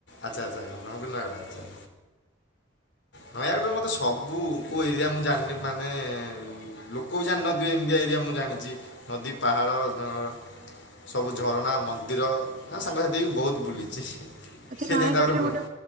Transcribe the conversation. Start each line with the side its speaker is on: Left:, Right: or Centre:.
Left: ଆଚ୍ଛା ଆଚ୍ଛା, ଆପଣଙ୍କୁ ବି <unintelligible> ଅଛି। ନୟାଗଡ଼ର ମତେ ସବୁ କୋଉ ଏରିଆ ମୁଁ ଜାଣିନି ମାନେ ଲୋକ ବି ଜାଣିନଥିବେ ଏମିତି ଏରିଆ ମୁଁ ଜାଣିଛି ନଦୀ ପାହାଳ ଆଃ ସବୁ ଝରଣା ମନ୍ଦିର ସାଙ୍ଗସାଥି ବି ବହୁତ ବୁଲିଛି।
Right: ଆଚ୍ଛା
Left: ସେଇଥିପାଇଁ
Right: ନୟାଗଡରେ
Left: ତାପରେ ବ-
Right: ଗୋଟେ